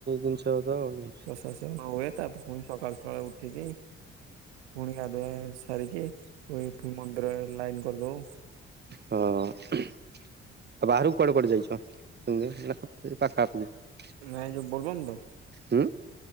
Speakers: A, on the right; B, on the right.
A: ଜିନିଷ ତ ଆଉ।
B: ସେ ସବୁ ନ ହୁଏ ତାପରେ ଫୁଣି ସକାଳୁ ସକାଳୁ ଉଠିକି ଫୁଣି ଗାଧୁଆ ସାରିକି ପୁଣି ଫୁ ମନ୍ଦିରରେ ଲାଇନ କରି ଦଉ।
A: ହଁ। ଆଉ ବାହାରୁକୁ କୁଆଡେ କୁଆଡେ ଯାଇଛ <unintelligible> ସେଇ ପାଖାଆଖୁ <unintelligible>
B: ନାଇଁ ଯୋଉ ବୋଲବମ୍ ତ।
A: ହୁଁ।